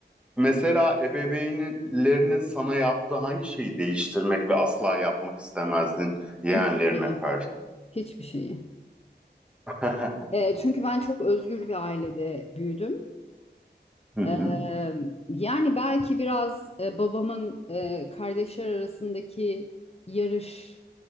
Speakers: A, in the centre; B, on the left (about 35°).
A: mesela ebeveynlerinin sana yaptığı hangi şeyi değiştirmek ve asla yapmak istemezdin yeğenlerine
B: hiçbir şeyi,
A: karşı?
B: hiçbir şeyi.
A: <laughs>
B: Ee, çünkü ben çok özgür bir ailede büyüdüm.
A: Hı hı,
B: Eee, yani belki biraz e, babamın e, kardeşler arasındaki yarış